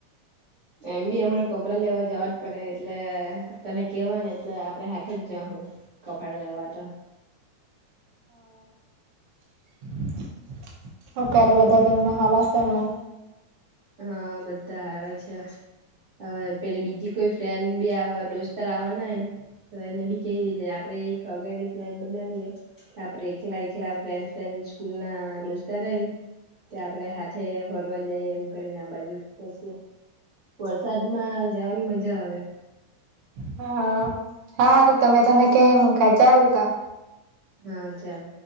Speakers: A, on the right; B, on the right.
A: એમ બી હમણાં કબરા લેવા જવા જ પડે એટલે તને કેવા ને એટલે આપણે હાથે જ જા હું કપડા લેવાતા
B: <inaudible> હ ક્યારે બધા કે એમના હવાસને
A: હા બધા સારા છે. હવે પે બીજી કોઈ ફ્રેન્ડ બી આવે દોસ્તાર આવવા નાય તો એને બી કહી દેજે આપડે એક અગાડી પ્લેટ બનાવીયએ કે આપડે એકલા એકલા ફ્રેન્ડ ફ્રેન્ડ સ્કૂલ ના રોસ્તા રહી ત આપે હાથે ફરવા જાય એ કરીને આ બાજુ બસ વરસાદમાં જવાની મજા આવે
B: હા હાર તમે તને કેમ ચાલતા.
A: હા ચાલ.